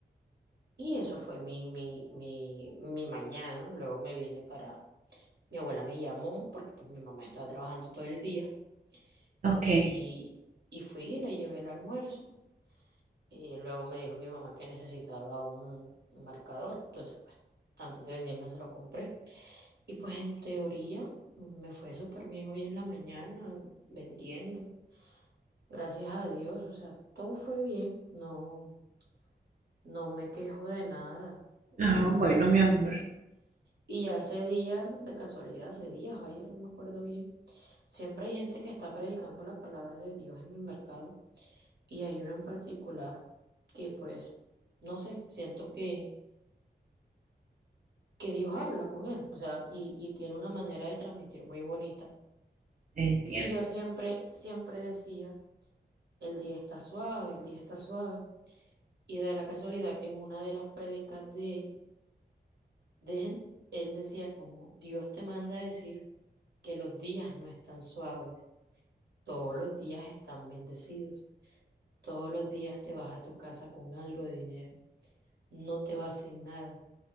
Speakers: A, on the right (about 75°); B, on the right (about 45°).
A: Y eso fue mi, mi, mi, mi mañana. Luego me vine para, mi abuela me llamó porque pues mi mamá estaba trabajando todo el día
B: Ok.
A: y, y fui y le llevé el almuerzo. Y luego me dijo mi mamá que necesitaba un, un marcador. Entonces, pues antes de venirme se lo compré. Y pues en teoría me fue súper bien hoy en la mañana vendiendo. Gracias a Dios, o sea, todo fue bien. No, No me quejo de nada.
B: Ah,
A: Y,
B: bueno, mi amor.
A: y hace días, de casualidad, hace días o ayer, no me acuerdo bien, siempre hay gente que está predicando la palabra de Dios en el mercado y hay uno en particular que pues, no sé, siento que, que Dios habla con él, o sea, y, y tiene una manera de transmitir muy bonita.
B: Entiendo.
A: Y yo siempre, siempre decía, el día está suave, el día está suave. Y da la casualidad que en una de las prédicas de él, dejen, él decía como Dios te manda a decir que los días no están suaves, todos los días están bendecidos, todos los días te vas a tu casa con algo de dinero, no te vas sin nada,